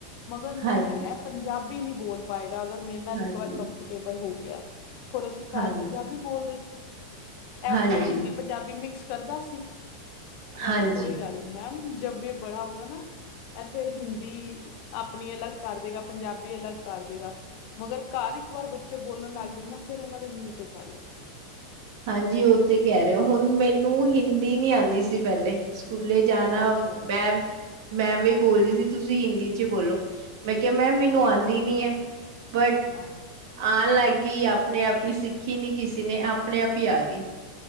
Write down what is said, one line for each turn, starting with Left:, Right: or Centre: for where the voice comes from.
Left: ਮਗਰ ਨਹੀਂ
Right: ਹਾਂਜੀ,
Left: ਇਹ ਪੰਜਾਬੀ ਨੀ ਬੋਲ ਪਾਏਗਾ ਅਗਰ ਮੇਰੇ ਨਾਲ
Right: ਹਾਂਜੀ,
Left: ਇੱਕ ਵਾਰ ਕੰਫਰਟੇਬਲ ਹੋ ਗਿਆ। ਹੋਰ, ਅਸੀਂ ਘਰ
Right: ਹਾਂਜੀ,
Left: ਪੰਜਾਬੀ ਬੋਲਦੇ ਸੀ। ਐ
Right: ਹਾਂਜੀ,
Left: ਓਥੇ ਹਿੰਦੀ ਪੰਜਾਬੀ ਮਿਕਸ ਕਰਦਾ ਸੀ। ਮੈਂ
Right: ਹਾਂਜੀ।
Left: ਕਿਹਾ ਕੋਈ ਗੱਲ ਨਹੀਂ ਮੈਮ। ਜਬ ਯੇ ਬੜਾ ਹੋਗਾ ਨਾ, ਐ ਫੇਰ ਹਿੰਦੀ ਆਪਣੀ ਅਲੱਗ ਕਰ ਦੇਗਾ, ਪੰਜਾਬੀ ਅਲੱਗ ਕਰ ਦੇਗਾ, ਮਗਰ ਘਰ ਇੱਕ ਵਾਰ ਬੱਚੇ ਬੋਲਣ ਲੱਗ ਜਾਣ ਨਾ ਫੇਰ ਔਨਾਂ ਦੇ ਮੂੰਹ ਤੇ ਵੀ ਚਾੜ ਜਾਂਦੀ ਏ।
Right: ਹਾਂਜੀ, ਔ ਤੇ ਕੈ ਰੇ ਔ। ਹੁਣ ਮੇਨੂੰ
Left: ਹੂੰ
Right: ਹਿੰਦੀ ਨੀ ਆੰਦੀ ਸੀ ਪੈਲੇ। ਸਕੂਲੇ ਜਾਣਾ
Left: ਅੱਛਾ
Right: ਮੈਮ ਮੈਂ ਐਵੇ ਬੋਲਦੀ ਸੀ ਤੁਸੀਂ ਹਿੰਦੀ ਚ ਬੋਲੋ। ਮੈਂ ਕਿਹਾ ਮੈਮ ਮੇਨੂੰ
Left: ਹਾਂ
Right: ਆੰਦੀ ਨੀ ਹੈ, ਬਟ
Left: ਹਾਂ
Right: ਆਣ ਲੱਗ ਗੀ ਆਪਣੇ ਆਪ ਹੀ ਸਿੱਖੀ ਨੀ ਕਿਸੇ ਨੇ ਆਪਣੇ ਆਪ ਹੀ ਆਗੀ।